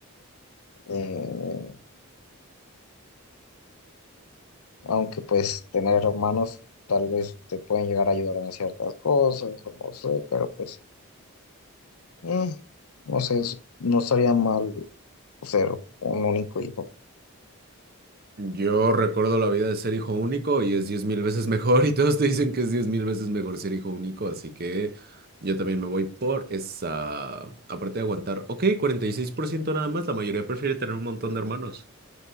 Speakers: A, on the left (about 80°); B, on the right (about 45°).
A: eh, aunque pues tener hermanos tal vez te pueden llegar a ayudar en ciertas cosas, o no sé, pero pues mm, no sé, es- no estaría mal ser un único hijo,
B: Yo recuerdo la vida de ser hijo único y es diez mil veces mejor y todos te dicen que es diez mil veces mejor ser hijo único, así que yo también me voy por esa, aparte de aguantar, ok, 46% nada más, la mayoría prefiere tener un montón de hermanos.